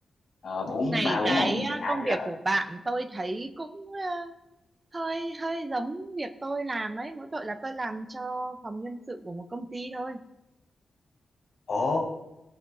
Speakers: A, on the left; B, on the right.
A: Ờ, bốn
B: Này
A: ba bốn
B: cái
A: ông diễn
B: ờ,
A: giả
B: công
A: gì
B: việc
A: đó nói
B: của bạn
A: chuyện.
B: tôi thấy cũng ờ, hơi hơi giống việc tôi làm ấy, mỗi tội là tôi làm cho phòng nhân sự của một công ty thôi.
A: ồ